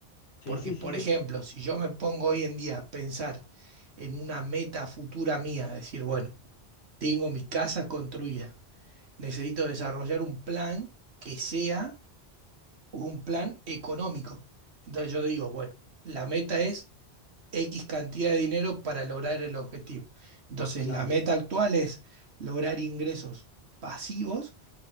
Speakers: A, on the left (about 75°); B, on the right (about 80°).
A: Sí,
B: Porque,
A: sí,
B: por
A: sí, sí,
B: ejemplo, si yo me pongo hoy en día a pensar en una meta futura mía, decir, bueno, tengo mi casa construida necesito desarrollar un plan que sea un plan económico. Entonces yo digo, bueno, la meta es X cantidad de dinero para lograr el objetivo. Entonces
A: claro,
B: la meta actual es lograr ingresos pasivos,